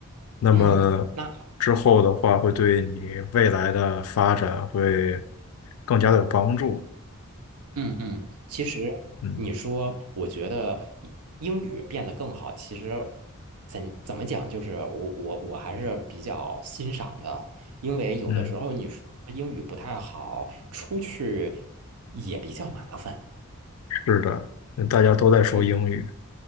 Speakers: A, on the left; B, on the right.
A: 那么之后的话会对你未来的发展会
B: 嗯，那很棒。
A: 更加的有帮助。
B: 嗯嗯，其实
A: 嗯
B: 你说，我觉得英英语变得更好，其实怎怎么讲，就是我我我还是比较欣赏的，因为有的时候你说英语不太好，
A: 嗯。
B: 出去也比较麻烦。
A: 是的，嗯大家都在说英语。
B: 嗯，